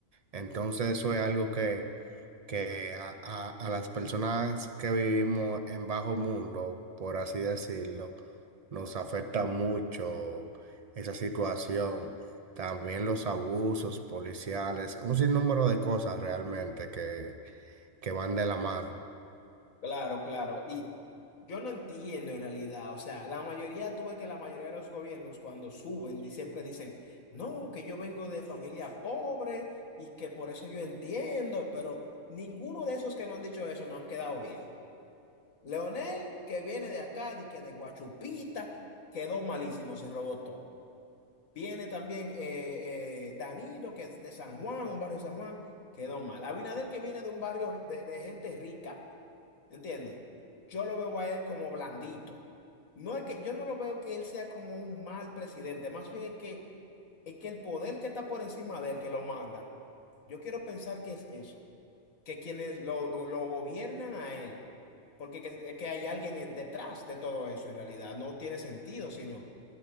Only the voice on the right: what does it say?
Entonces eso es algo que, que a, a- a las personas que vivimos en bajo mundo, por así decirlo, nos afecta mucho esa situación. También los abusos policiales, un sinnúmero de cosas realmente que, que van de la mano.